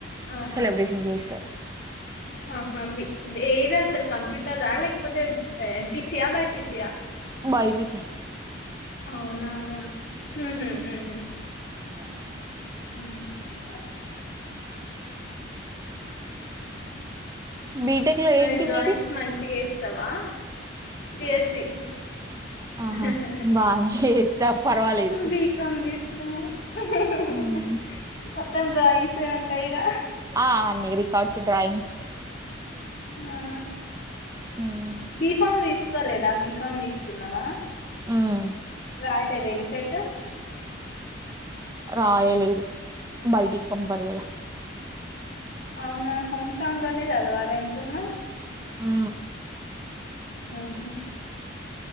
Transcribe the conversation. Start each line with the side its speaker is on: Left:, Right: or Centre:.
Left: ఆహా
Right: సెలబ్రేషన్ చేస్తారు
Left: ఆహా బి ఏదా సార్ కంప్యూట తథ లేకపోతే ఎపీసియా బైపిసియా
Right: బైపిసి
Left: అవునా ఉహుహు
Right: అ అ
Left: హ
Right: బీటెక్ లో
Left: మరి
Right: ఏంటి
Left: డ్రాయింగ్స్
Right: మీది
Left: మంచిగా ఎస్తావా తేసి
Right: ఆహా
Left: ఊహ
Right: బానే చేస్తా పర్వాలేదు
Left: బీకామ్ తీసుకున్నాం హహ
Right: ఉమ్.
Left: మొత్తం డ్రాయింగ్స్ ఉంటాయి గా
Right: ఆ అన్ని రికార్డ్స్ డ్రాయింగ్స్
Left: ఆ
Right: ఉమ్
Left: బిఫామ్ తీసుకోలేదా బీఫామ్ తీసుకో న్నావా
Right: ఉమ్,
Left: రయట్ద ఎన్సైట్
Right: రాయలేదు బయటికి పంపరు గదా
Left: అవునా హోమ్ టౌన్ లోనే చదవాల ఎంతున్నా
Right: ఉ
Left: ఊహు